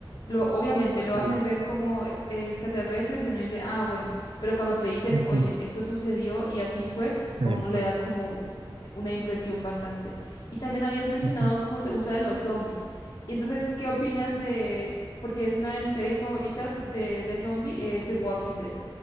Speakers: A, on the left (about 55°); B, on the right (about 85°).
A: lo, obviamente lo
B: Sí,
A: hacen ver como ex- eh, extraterrestres y uno dice, ah, bueno, pero cuando te dicen,
B: sí,
A: oye, esto sucedió y así fue,
B: exacto.
A: a uno le da como eh, una impresión bastante. Y también habías mencionado
B: Sí.
A: cómo te gusta de los zombies. Y entonces, ¿qué opinas de, porque es una de mis series favoritas de, de zombie, es The Walking Dead?